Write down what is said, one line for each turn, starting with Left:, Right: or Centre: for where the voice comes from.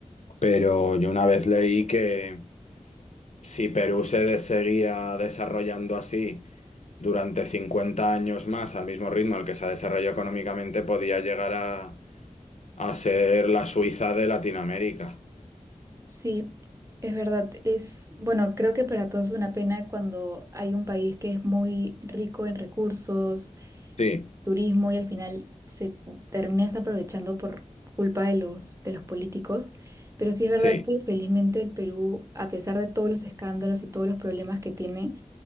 Left: pero yo una vez leí que si Perú se de- seguía desarrollando así durante 50 años más al mismo ritmo al que se ha desarrollado económicamente, podía llegar a, a ser la Suiza de Latinoamérica.
Right: Sí, es verdad. Es, bueno, creo que para todos es una pena cuando hay un país que es muy rico en recursos,
Left: Sí,
Right: turismo y al final se termina desaprovechando por culpa de los, de los políticos. Pero sí es verdad
Left: sí,
Right: que felizmente el Perú, a pesar de todos los escándalos y todos los problemas que tiene,